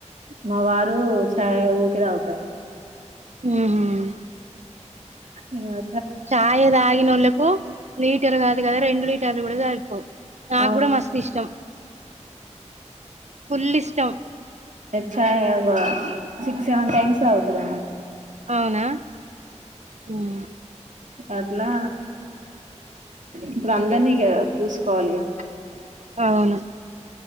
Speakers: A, on the right (about 85°); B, on the right (about 65°).
A: మా వారు చాయ ఊకే తాగుతారు
B: ఉమ్మ్
A: ఇగా
B: చాయ్ తాగినోళ్లకు లీటర్ కాదు కద రెడు లలీటర్ కూడా సరిపోవ్ నాకు
A: అవును
B: కూడా మస్తు ఇష్టం ఫుల్ ఇష్టం
A: తెలుసా ఇవ సిక్స్ సెవెన్ టైమ్స్ తాగుతది
B: అవునా మ్మ్
A: అట్లా ఇప్పుడు అందరినీ ఇగ చూసుకోవాలిగా
B: అవును